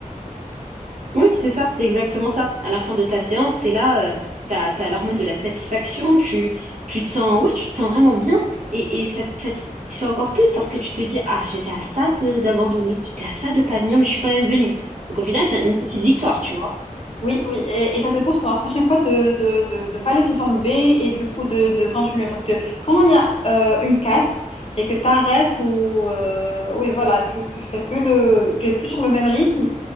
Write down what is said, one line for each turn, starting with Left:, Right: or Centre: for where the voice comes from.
Right: Oui, c'est ça, c'est exactement ça. À la fin de ta séance, t'es là, euh, t'as, t'as l'hormone de la satisfaction, tu, tu te sens, ouais, tu te sens vraiment bien et, et ça te satisfait encore plus parce que tu te dis, ah, j'étais à ça de- d'abandonner, j'étais à ça de pas venir, mais je suis quand même venue. Donc au final, c'est une petite victoire, tu vois.
Left: Oui, oui, et, et ça te pousse pour la prochaine fois de de, de, de pas laisser tomber et du coup de, de continuer. Parce que quand il y a euh, une casse et que tu arrêtes ou euh, oui, voilà, tu, tu fais plus le, tu es plus sur le même rythme,